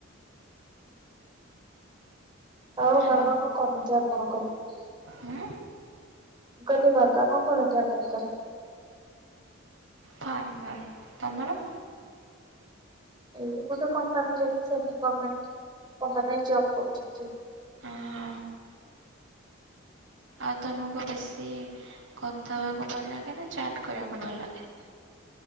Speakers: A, on the right; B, on the right.
A: ଆଉ
B: ହ୍ୟାଲୋ,
A: ବାବା କଣ କରନ୍ତି ଆପଣଙ୍କର ମୁଁ
B: ଉଁ,
A: କହିଲି ବାବା କଣ କରନ୍ତି ଆପଣଙ୍କର?
B: ଫାରର୍ମର ତମର।
A: ଏଇ ଗୋଟେ କମ୍ପାନୀରେ ଜେଇ <unintelligible> ଗମେଣ୍ଟ କମ୍ପାନୀରେ ଜବ କରୁଛନ୍ତି।
B: ଆହା, ଆଉ ତମକୁ ବେଶୀ କଥା ହବାକୁ ଭଲ ଲାଗେ ନା ଚାଟ୍ କରିବାକୁ ଭଲ ଲାଗେ।